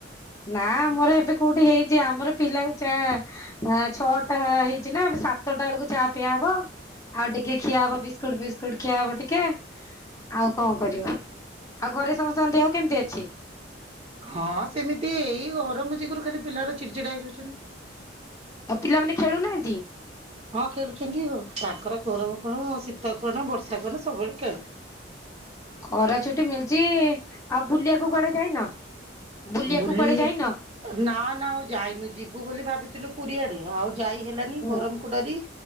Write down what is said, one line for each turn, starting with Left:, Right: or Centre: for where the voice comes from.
Left: ନା ଆମର ଏବେ କୋଉଠି ହେଇଛି ଆମର ପିଲାକୁ ଚା ଛଅଟା ହେଇଛି ନା ଏବେ ସାତଟା ବେଳକୁ ଚା ପିଆହବ। ଆଉ ଟିକେ ଖିଆହବ ବିସ୍କୁଟ ଫିସ୍କୁଟ ଖିଆ ହବ ଟିକେ ଆଉ କଣ କରିବ ଆଉ ଘରେ ସମସ୍ତଙ୍କ ଦେହ କେମିତି ଅଛି?
Right: ହଁ ସେମିତି ଏଇ ଗରମ ଯୋଗୁରୁ ଖାଲି ପିଲାର ଚିଡିଚିଡା ହେଇଯାଉଛନ୍ତି।
Left: ଆଉ ପିଲାମାନେ ଖେଳୁନାହାଁନ୍ତି?
Right: ହଁ ଖେଳୁଛନ୍ତି ତାଙ୍କର ଗରମ କଣ ଶୀତ କଣ ବର୍ଷା କଣ ସବୁବେଳେ ଖେଳ।
Left: ଖରା ଛୁଟି ମିଳଛି ଆଉ ବୁଲିଆକୁ କୁଆଡେ ଯାଇନ? ବୁଲିବାକୁ
Right: ବୁଲିକି
Left: କୁଆଡେ ଯାଇନ
Right: ନା ନା ଆଉ ଯାଇନୁ ଯିବୁ ବୋଲି ଭାବିଥିଲୁ ପୁରୀଆଡେ ଆଉ ଯାଇ ହେଲାନି
Left: ହୁଁ
Right: ଗରମ କୁ ଡରି